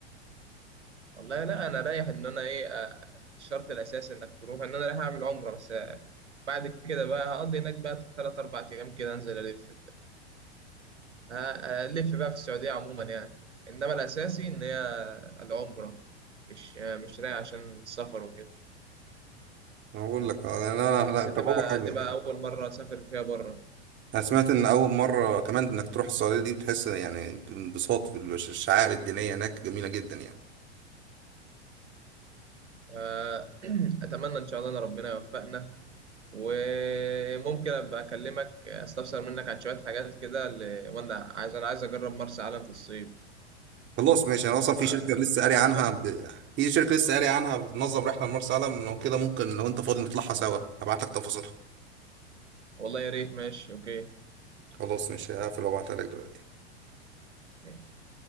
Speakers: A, on the right; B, on the right.
A: والله لا أنا رايح إن أنا إيه آه، الشرط الأساسي إنك تروح إن أنا رايح أعمل عمرة بس آه، بعد كده بقى هقضي هناك بقى تلات أربع أيام كده أنزل ألف ه- هلف بقى في السعودية عموما يعني إنما الأساسي إن هي العمرة مش آه، مش رايح عشان السفر وكده
B: انا بقول لك آه، انا أنا- لا،
A: بس
B: تجربه
A: هتبقى
B: حلوه
A: هتبقى
B: يعني
A: أول مرة أسافر فيها بره
B: انا سمعت ان اول مره كمان انك تروح السعوديه دي بتحس يعني بانبساط في الش- الشعائر الدينيه هناك جميله جدا يعني
A: <clears throat> أتمنى إن شاء الله إن ربنا يوفقنا وممكن أبقى أكلمك أستفسر منك عن شوية حاجات كده ل- وأنا عايز أنا عايز أجرب مرسى علم في الصيف
B: خلاص ماشي انا اصلا في
A: ف...
B: شركه لسه قاري عنها
A: تمام؟
B: ب... في شركه لسه قاري عنها بتنظم رحله لمرسى علم لو كده ممكن لو انت فاضي نطلعها سوا هبعت لك تفاصيلها
A: والله يا ريت ماشي أوكي
B: خلاص ماشي هقفل وابعتها لك دلوقتي
A: ماشي